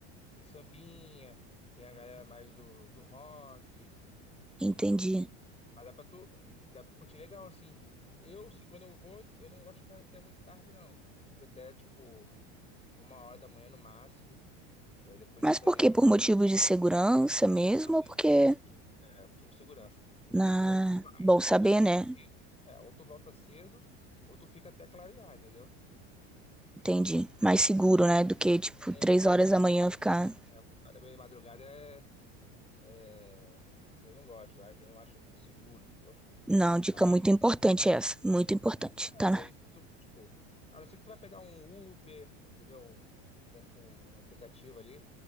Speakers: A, on the left (about 20°); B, in the centre.
A: Tem sambinha, tem a galera mais do, do rock,
B: Entendi.
A: mas dá pra tu, dá pra curtir legal, assim. Eu, assim, quando eu vou, eu não gosto de ficar até muito tarde, não. Fico até, tipo, uma hora da manhã no máximo. É, depois
B: Mas
A: disso
B: por
A: aí
B: quê?
A: eu
B: Por motivo de segurança mesmo?
A: também.
B: Ou porque,
A: Motivo, é, motivo de segurança.
B: na...
A: Porque assim, ou tu vai,
B: Bom saber,
A: ou tu volta
B: né?
A: cedo, é, ou tu volta cedo, ou tu fica até clarear, entendeu?
B: Entendi. Mais seguro,
A: Voltar,
B: né? Do que, tipo,
A: é,
B: três
A: voltar
B: horas
A: no
B: da
A: meio
B: manhã
A: da madrugada.
B: ficar...
A: É, voltar no meio da madrugada é É, eu não gosto, eu não acho muito seguro, entendeu?
B: Não, dica
A: Mas,
B: muito importante é essa. Muito importante.
A: pois é,
B: Tá
A: mas aí se tu, tipo, a não ser que tu vai pegar um Uber, entendeu? Um, tran- um aplicativo ali,